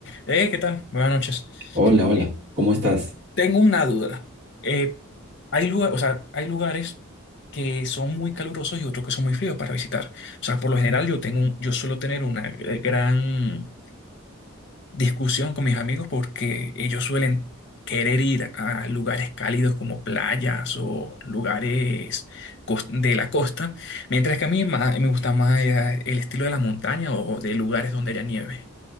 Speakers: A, on the left; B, on the right.
A: Eh, ¿qué tal? Buenas noches.
B: Hola, hola,
A: Eh,
B: ¿cómo estás?
A: tengo una duda. Eh, hay lugar, o sea, hay lugares que son muy calurosos y otros que son muy fríos para visitar. O sea, por lo general yo tengo, un- yo suelo tener una eh, gran discusión con mis amigos porque ellos suelen querer ir a lugares cálidos como playas o lugares cos- de la costa, mientras que a mí más- me gusta más eh, el estilo de la montaña o de lugares donde haya nieve.